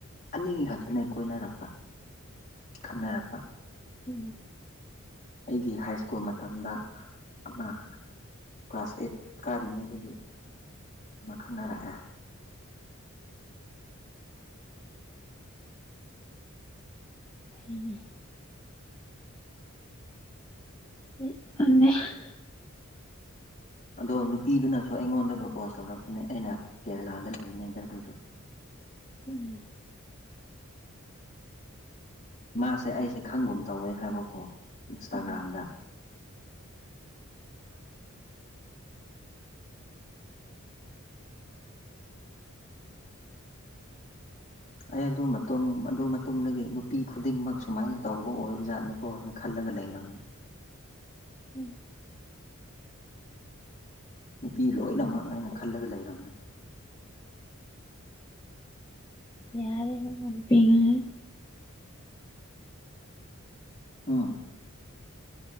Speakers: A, on the left; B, on the left.
A: ꯑꯅꯤ ꯈꯛꯇꯅꯦ ꯀꯣꯏꯅꯔꯛꯄ ꯈꯪꯅꯔꯛꯄ
B: ꯎꯝ
A: ꯑꯩꯒꯤ ꯍꯥꯏ ꯁ꯭ꯀꯨꯜ ꯃꯇꯝꯗ ꯑꯃ ꯀ꯭ꯂꯥꯁ ꯑꯩꯠ ꯀꯥꯔꯤꯉꯩꯗꯒꯤ ꯃꯥ ꯈꯪꯅꯔꯛꯑꯦ
B: <inaudible> <unintelligible>
A: ꯑꯗꯣ ꯅꯨꯄꯤꯗꯨꯅꯁꯨ ꯑꯩꯉꯣꯟꯗ ꯄ꯭ꯔꯄꯣꯁ ꯇꯧꯔꯛꯄꯅꯦ ꯑꯩꯅ ꯀꯦꯔꯂꯥꯗ ꯂꯩꯔꯤꯉꯩꯗ ꯑꯗꯨꯁꯨ
B: ꯎꯝ
A: ꯃꯥꯁꯦ ꯑꯩꯁꯦ ꯈꯪꯒꯨꯝ ꯇꯧꯋꯦ ꯍꯥꯏꯕꯀꯣ ꯏꯟꯁꯇꯥꯒ꯭ꯔꯥꯝꯗ
B: ꯎꯝ
A: ꯑꯩ ꯑꯗꯨ ꯃꯇꯨꯡ ꯑꯗꯨ ꯃꯇꯨꯡꯗꯒꯤ ꯅꯨꯄꯤ ꯈꯨꯗꯤꯡꯃꯛ ꯁꯨꯝꯃꯥꯏ ꯇꯧꯕ ꯑꯣꯏꯕ ꯖꯥꯠꯅꯤꯀꯣꯅ ꯈꯜꯂꯒ ꯂꯩꯔꯝꯅꯦ
B: ꯎꯝ
A: ꯅꯨꯄꯤ ꯂꯣꯏꯅꯃꯛ ꯑꯩꯅ ꯈꯜꯂꯒ ꯂꯩꯔꯝꯅꯦ
B: ꯌꯥꯔꯦ ꯏꯕꯨꯡꯉꫭ <unintelligible>
A: ꯎꯝ